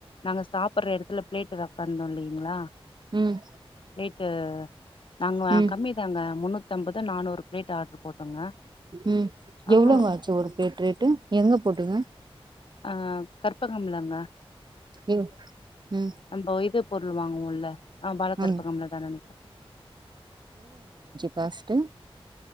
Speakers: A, on the left; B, on the right.
A: நாங்க சாப்புற எடத்துல பிளேட்டு் ரஃப்பன்னோ இல்லீங்ளா
B: ம்
A: பிளேட்டு நாங்க
B: ம்
A: கம்மிதா மேம் முன்னூத் தி அம்பது நானூறு பிளேட் ஆட்ரு போட்டோங்க
B: ம்
A: அ
B: எவ்ளோங்க
A: ஆ
B: ஆச்சு ஒரு பிளேட்டு ரேட்டு எவ்ளோ பிளேட்டுங்க
A: ஆ கற்பகம்லாங்க
B: எவ்ளோ ம்
A: அந்த இது பண்ணுவாங்கள ஆ பாலக்கற்பகம்ல
B: ம்
A: தா நெனைக்கிற
B: ஃபர்ஸ்ட்டு